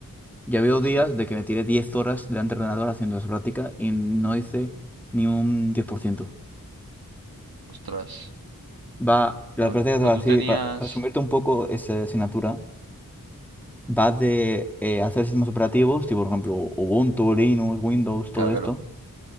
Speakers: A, in the centre; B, on the right (about 85°).
A: Ya veo días
B: Hostia,
A: de que me tiré 10 horas delante del ordenador haciendo esa práctica y no hice ni un diez por ciento
B: ostras.
A: Va, las
B: Pero,
A: prácticas,
B: pero
A: así,
B: tú tenías...
A: para resumirte un poco esa asignatura, va de eh, hacer sistemas operativos, tipo por ejemplo Ubuntu, Linux, Windows, todo
B: Claro,
A: esto
B: claro.